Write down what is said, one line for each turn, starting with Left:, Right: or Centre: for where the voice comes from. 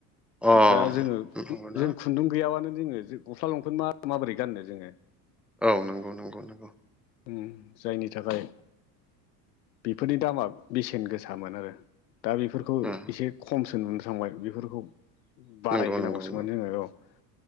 Centre: अ
Left: दा जोङो
Centre: नंगौना
Left: जों <unintelligible> खुन्दुं गैयाबानो जोङो गस्ला लंफ माबोरै गाननो जोङो
Centre: औ नंगौ नंगौ नंगौ
Left: उम जायनि थाखाय बेफोरनि दामा बेसेन गोसामोन आरो दा बेफोरखौ
Centre: उम
Left: एसे खमसो नुनो थांबाय बेफोरखौ बाराय
Centre: नंगौ
Left: होनांगौसोमोन
Centre: नंगौ नंगौ
Left: जोङो औ